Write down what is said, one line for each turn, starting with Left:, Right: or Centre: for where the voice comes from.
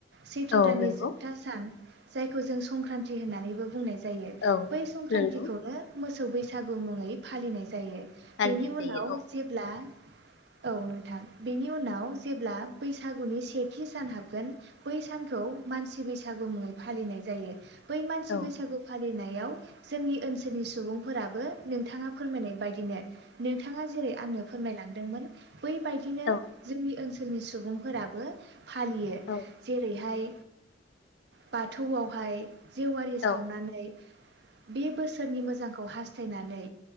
Right: सैथ्र
Left: औ
Right: दाननि
Left: नंगौ
Right: जोबथा सान। जायखौ जों संक्रान्ति होननानैबो बुंनाय जायो
Left: औ
Right: बै संक्रान्तिखौनो
Left: नंगौ
Right: मो सौ बैसागु मुङै फालिनाय जायो।
Left: फालिनाय
Right: बेनि
Left: जायो
Right: उनाव जेब्ला औ नोंथां बेनि उनाव जेब्ला बैसागुनि सेथि सान हाबगोन बै सानखौ मानसि बैसागु मुङै फालिनाय जायो। बै मानसि
Left: औ
Right: बैसागु फा लिनायाव जोंनि ओनसोलनि सुबुंफोराबो नोंथाङा फोरमायनाय बायदिनो नों थाङा जेरै आङो दोंमोन। बैबायदिनो
Left: औ
Right: जोंनि ओन नि सुबुंफोराबो फालियो
Left: औ
Right: जेरैहाय बाथौआवहाय जेवारि सावनानै
Left: औ
Right: बे बोसोरनि मोजांखौ हासथायनानै